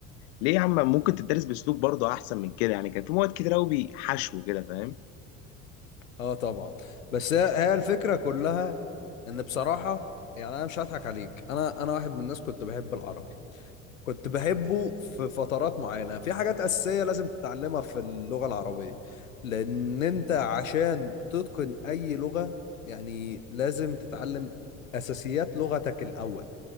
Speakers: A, on the left (about 55°); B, on the left (about 75°).
A: ليه يا عم ممكن تدرس باسلوب برضه احسن من كده يعني كان في مواد كتير قوي حشو كده فاهم
B: اه طبعا بس هي هي الفكره كلها ان بصراحه يعني انا مش هضحك عليك انا انا واحد من الناس كنت بحب العربي كنت بحبه في فترات معينه في حاجات اساسيه لازم تتعلمها في اللغه العربيه لان انت عشان تتقن اي لغه يعني لازم تتعلم اساسيات لغتك الاول